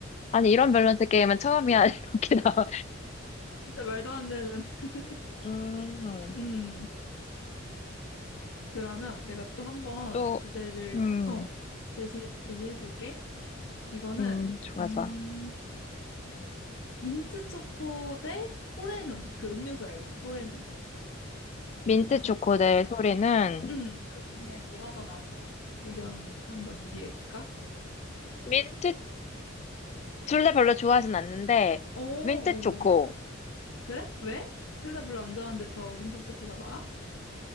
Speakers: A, on the left; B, on the left.
A: 아니, 이런 밸런스 게임은 처음이야, <laughs> 이렇게 나와.
B: 진짜 말도 안 되는. <laughs>
A: 음,
B: 음, 그러면 내가 또 한번
A: 또,
B: 주제를,
A: 음,
B: 어, 제시, 제시해볼게. 이거는,
A: 음, 좋아,
B: 음,
A: 좋아.
B: 민트 초코 대 포레눈. 그 음료수 알지? 소레눈.
A: 민트
B: 그 주,
A: 초코 대 소리는,
B: 음, 그 중에 뭐가 더 나은지 의견 한번 얘기해 볼까?
A: 민트, 둘 다 별로 좋아하진 않는데,
B: 오오
A: 민트 초코.
B: 그래? 왜? 둘 다 별로 안 좋아하는데 더 민트 초코가 나아?